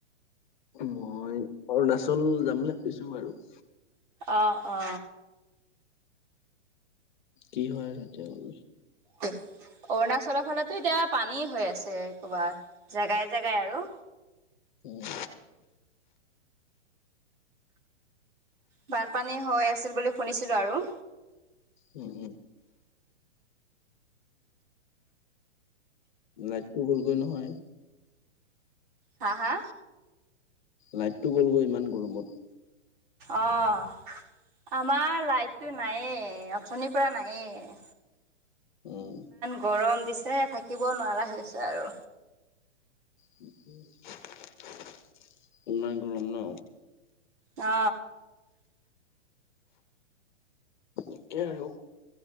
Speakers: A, on the left; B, on the right.
A: মই অৰুণাচল যাম বুলি ভাবিছো বাৰু।
B: অ অ।
A: কি হয় আৰু এতিয়া আমি।
B: তেত অৰুণাচলৰ ফালে এতিয়া পানী হৈ আছে ক'বাত জেগাই জেগাই আৰু।
A: উম।
B: বানপানী হৈ আছিল বুলি শুনিছিলো আৰু।
A: উম উম। লাইটটো গ'লগৈ নহয়।
B: হা হা।
A: লাইটটো গ'লগৈ ইমান গৰমত।
B: অহ। আমাৰ লাইটটো নাইয়ে, অথনিৰ পৰা নায়ে।
A: উম।
B: গৰম দিছে থাকিব নোৱাৰা হৈছে আৰু।
A: <unintelligible> ইমান গৰম ন।
B: অ।
A: একেই আৰু।